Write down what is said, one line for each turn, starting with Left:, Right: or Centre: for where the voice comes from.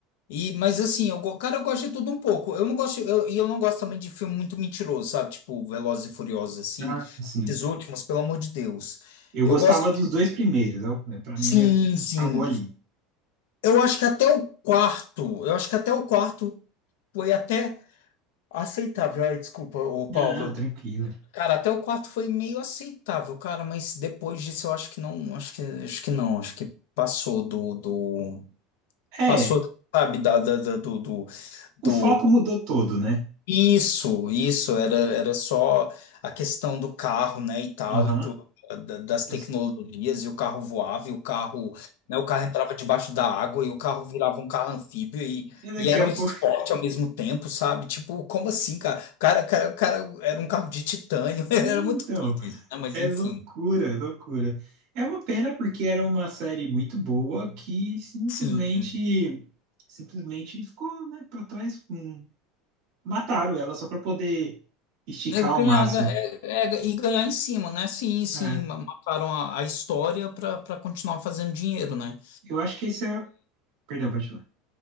Left: E, mas assim, eu, go- cara, eu gosto de tudo um pouco. Eu não gosto, eu- e eu não gosto também de filme muito mentiroso, sabe? Tipo, Velozes e Furiosos, assim.
Right: Ah, sim.
Left: Esses últimos, pelo amor de Deus.
Right: Eu
Left: Eu
Right: gostava
Left: gosto.
Right: dos dois primeiros, para
Left: Sim,
Right: mim é-
Left: sim.
Right: acabou ali.
Left: Eu acho que até o quarto, eu acho que até o quarto foi até aceitável. Ai, desculpa, ô Paulo.
Right: Ah, tranquilo.
Left: Cara, até o quarto foi meio aceitável, cara, mas depois disso eu acho que não, acho que, acho que não, acho que passou do, do,
Right: É,
Left: passou, sabe, da, da, da- do, do, do,
Right: o foco mudou todo, né?
Left: Isso, isso, era, era só a questão do carro, né, e tal,
Right: Aham.
Left: e do, da- das tecnologias,
Right: Nossa,
Left: e o carro voava, e o carro, né, o carro entrava debaixo da água, e o carro virava um carro anfíbio, e,
Right: E daqui
Left: e era
Right: a
Left: um
Right: pouco.
Left: esporte
Right: <laughs>
Left: ao mesmo tempo, sabe? Tipo, como assim, cara? O Cara, o cara, o cara, era um carro de titânio, <laughs> era
Right: Então,
Left: muito doido isso, né, mas
Right: é
Left: enfim,
Right: loucura, loucura. É uma pena porque era uma série muito boa que simplesmente,
Left: sim.
Right: simplesmente ficou, né, para trás. Hum, Mataram ela só para poder esticar
Left: Eu
Right: ao
Left: ganhar,
Right: máximo.
Left: ga- é- é- e ganhar em cima, né? Sim, sim,
Right: É,
Left: ma- mataram a, a história para continuar fazendo dinheiro, né?
Right: eu acho que esse é. Perdão, pode falar.